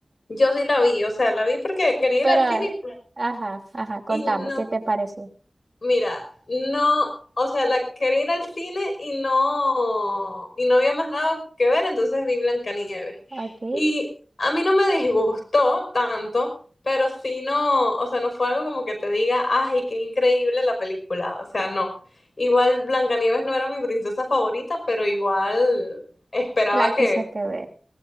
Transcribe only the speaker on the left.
Yo sí la vi, o sea, la vi porque quería
ir al cine
y no
Mira, no, o sea, la quería ir al cine y no, y no había más nada que ver, entonces vi Blancanieves.
Y a mí no me disgustó tanto, pero sí no, o sea, no fue algo como que te diga, ay, qué increíble la película, o sea, no. Igual Blancanieves no era mi princesa favorita, pero igual esperaba
que,